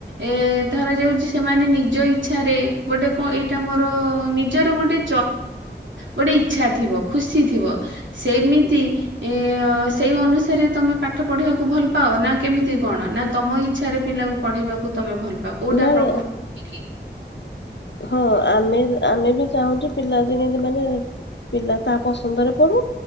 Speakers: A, on the right; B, on the left.
A: ଏ ଧରାଯାଉଛି ସେମାନେ ନିଜ ଇଚ୍ଛାରେ ଗୋଟେ କଣ ଏଇଟା ମୋର ନିଜର ଗୋଟେ ଗୋଟେ ଇଚଛା ଥିବ ଖୁସି ଥିବ ସେମିତି ଏ ସେଇ ଅନୁସାରେ ତମେ ପାଠ ପଢିବାକୁ ଭଲ ପାଅ ନା କେମିତି କଣ ନା ତମ ଇଚଛାରେ ପିଲାକୁ ପଢେଇବାକୁ ତମେ ଭଲ ପାଅ ବା କୋଉଟା
B: ନାଇଁ
A: ପ୍ରକୃତି ହେଇ କି?
B: ହଁ ଆମେ ଆମେ ବି ଚାହୁଁଛୁ ପିଲା ଯେତି ମାନେ ପିଲା ତା ପସନ୍ଦରେ ପଢୁ